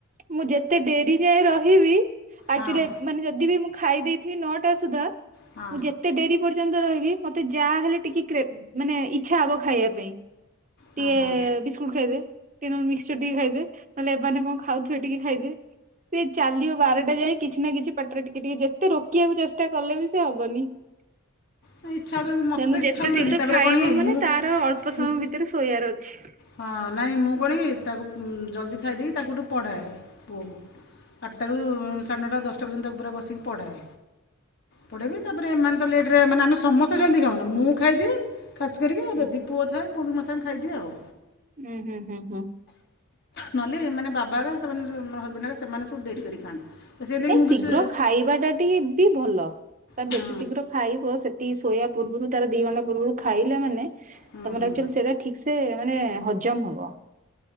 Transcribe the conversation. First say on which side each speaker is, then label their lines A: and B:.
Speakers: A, on the right (about 35°); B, on the left (about 50°).
A: ମୁଁ ଯେତେ ଡେରି ଯାଏ ରହିବି ଆ
B: ହଁ
A: ମାନେ ଯଦି ବି ମୁଁ ଖାଇ ଦେଇଥିବି ନଅଟା ସୁଦ୍ଧା ମୁଁ
B: ହଁ
A: ଯେତେ ଡେରି ପ ପର୍ଯ୍ୟ ରହିବି ମତେ ଯାହା ହେଲେ ଟିକେ କ୍ରେ ମାନେ ଇଛା ହବ ଖାଇବା ପାଇଁ।
B: ହଁ
A: ଟିକେ
B: ହଁ
A: ବିସ୍କୁଟ ଖାଇଦେ ଟିକେ ନହେଲେ ମିକ୍ସଚର ଟିକେ ଖାଇଦେ ନହେଲେ ଏମାନେ କଣ ଖାଉଥିବେ ଟିକେ ଖାଇଦେ। ସେ ଚାଲିବ ବାରଟା ଯାଏ କିଛି ନା କିଛି ପାଟରେ ଟିକେ ଟିକେ ଯେତେ ରୋକିବାକୁ ଚେଷ୍ଟା କଲେ ବି ସେ ହବନି। <inaudible>
B: ନା ଇଚ୍ଛା ତ ମୋତେ
A: ତଣୁ
B: ତ
A: ଯେତେ
B: ଇଚ୍ଛା ହୁଏନି
A: ଶୀଘ୍ର
B: ତାପରେ
A: ଖାଇବ
B: କ'ଣ କି
A: ମାନେ
B: ମୁଁ
A: ତାର ଅଳ୍ପ
B: ଶୀ-
A: ସମୟ ଭିତରେ ଶୋଇବାର ଅଛି।
B: ହଁ ନାଇଁ ମୁଁ କରି ତାକୁ ଜଲ୍ଦି ଖାଇ ଦେଇକି ତାକୁ ଗୋଟେ ପଢ଼ାଏ ପୁଅକୁ। ଆଠଟାରୁ ସାଢେ ନଅଟା ଦଶଟା ପର୍ଯ୍ୟନ୍ତ ତା ପୁରାଏ ବସିକି ପଢ଼ାଏ। ପଡ଼େଇବି ତାପରେ ଏମାନେ ତ ଲେଟ ରେ ମାନେ ଆମେ ସମସ୍ତେ ଜଲ୍ଦୀ ଖାଉନା ମୁଁ ଖାଇଦିଏ। ଖାସ୍ କରିକି ଆଉ ଯଦି
A: ଉଁ
B: ଥାଏ ପୁଅ ବି ମୋ ସହିତ ଖାଇଦିଏ ଆଉ।
A: ହୁଁ ହୁଁ ହୁଁ ହୁଁ।
B: ନହେଲେ ଏମାନେ ବାବା ସେମାନେ ହଜବେଣ୍ଡ ସେମାନେ ସବୁ ଡେରି କରି ଖାଆନ୍ତି। ତ ସେଇଥିଲାଗି
A: ଏ
B: ମୁଁ
A: ଶୀଘ୍ର
B: ବି ସେ
A: ଖାଇବାଟା ଟିକେ ବି ଭଲ କାର
B: ହଁ
A: ଯେତେ ଶୀଘ୍ର ଖାଇବ ସେ ଯଦି ଶୋଇବା ପୂର୍ବରୁ ତାର ଦି ଘଣ୍ଟା ପୂର୍ବରୁ ଖାଇଲା ମାନେ ତମର
B: ହଁ ହଁ
A: ଆକ୍ଚୁଆଲି ସେଇଟା ଠିକ୍ ସେ ସେ ମାନେ ହଜା ହଜମ ହବ